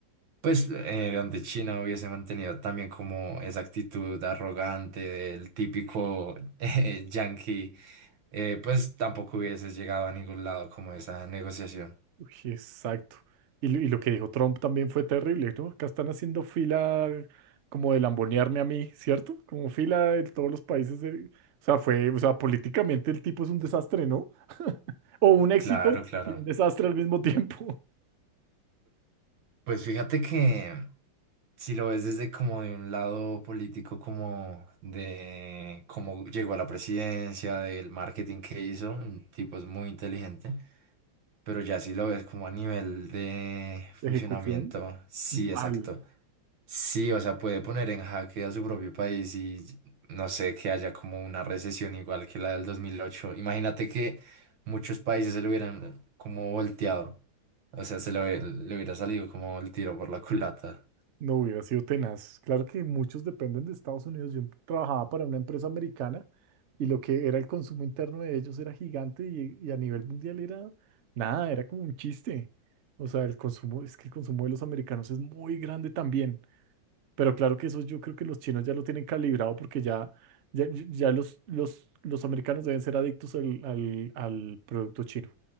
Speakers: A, on the right; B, on the right.
A: pues, eh, donde China hubiese mantenido también como esa actitud arrogante del típico <laughs> eh, yankee, eh, pues tampoco hubiese llegado a ningún lado como esa negociación.
B: Uy, exacto. Y, lo y lo que dijo Trump también fue terrible, ¿no? Acá están haciendo fila como de lambonearme a mí, ¿cierto? Como fila de todos los países del- O sea, fue, o sea, políticamente el tipo es un desastre, ¿no? O un éxito
A: Claro, claro.
B: y un desastre al mismo tiempo.
A: Pues fíjate que, Si lo ves desde como de un lado político, como de cómo llegó a la presidencia, del marketing que hizo, un tipo es muy inteligente, pero ya si lo ves como a nivel de
B: <laughs>
A: funcionamiento,
B: Ejecución,
A: sí,
B: mal.
A: exacto. Sí, o sea, puede poner en jaque a su propio país y no sé, que haya como una recesión igual que la del dos mil ocho Imagínate que muchos países se lo hubieran como volteado, o sea, se lo, hubiera- le hubiera salido como el tiro por la culata.
B: No hubiera sido tenaz. Claro que muchos dependen de Estados Unidos. Yo trabajaba para una empresa americana y lo que era el consumo interno de ellos era gigante y, y a nivel mundial era nada, era como un chiste. O sea, el consumo, es que el consumo de los americanos es muy grande también. Pero claro que eso yo creo que los chinos ya lo tienen calibrado porque ya, ya, ya los, los, los americanos deben ser adictos al, al al producto chino.